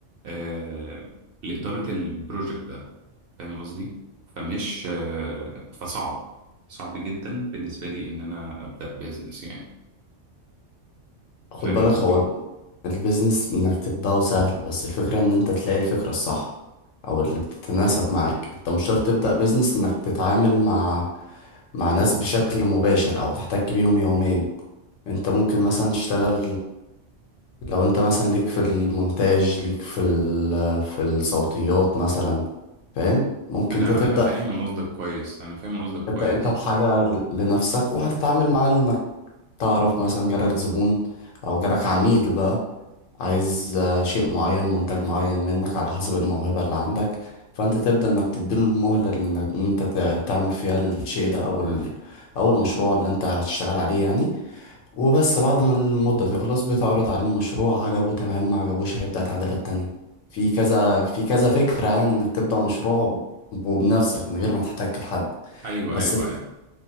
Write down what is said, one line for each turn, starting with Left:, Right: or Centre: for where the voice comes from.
Right: آه، لإدارة البروجكت ده فاهم قصدي؟ فمش آه، فصعب صعب جدا بالنسبة لي إن أنا أبدأ بيزنس يعني
Left: خد
Right: فاهم
Left: بالك
Right: قصدي
Left: هو البيزنس انك تبدأه سهل بس الفكرة ان انت تلاقي الفكرة الصح او اللي بتتناسب معاك انت مش شرط تبدأ بيزنس انك تتعامل مع مع ناس بشكل مباشر او تحتك بيهم يوميا انت ممكن مثلا تشتغل لو انت مثلا ليك في المونتاج ليك في ال... في الصوتيات مثلا فاهم ممكن
Right: أنا
Left: انت تبدأ
Right: أنا فاهم قصدك كويس أنا فاهم قصدك
Left: تبدأ
Right: كويس
Left: انت بحاجة ل- لنفسك وهتتعامل مع تعرف مثلا جالك زبون او جالك عميل بقى عايز آه، شيء معين منتج معين منك على حسب الموهبة اللي عندك فانت تبدأ انك تديله المهلة ان إن انت ت- تعمل فيها الشيء ده او ال... او المشروع اللي انت هتشتغل عليه يعني وبس بعد ما المدة تخلص بتعرض عليه المشروع عجبه تمام ما عجبوش هيبدأ تعديلات تانية في كذا في كذا فكرة يعني انك تبدأ مشروع وبنفسك من غير ما تحتاج لحد
Right: أيوه
Left: بس
Right: أيوه أنا